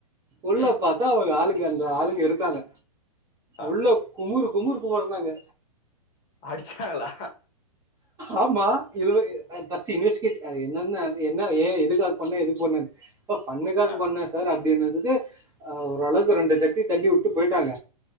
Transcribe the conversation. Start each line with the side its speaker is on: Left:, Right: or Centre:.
Right: உள்ள
Left: ம்
Right: பாத்தா அவங்க ஆளுங்க அந்த எல்லா ஆளுங்க இருக்காங்க
Left: ஆ
Right: உள்ள குமுறு குமுறு குமுறுனாங்க
Left: அடிச்சாங்களா
Right: ஆமா இது ஆ ஃபஸ்ட்டு இன்வெஸ்ட் கெட் அது என்னென்ன என்ன ஏ எதுக்காக பண்ண எதுக்கு பண்ணன் அப்போ ஃபன்னுக்காக
Left: ஆ
Right: பண்ண சார் அப்டின்னதுக்கு அ ஓரளவுக்கு ரெண்டு ஜட்டி தட்டி உட்டு பொய்டாங்க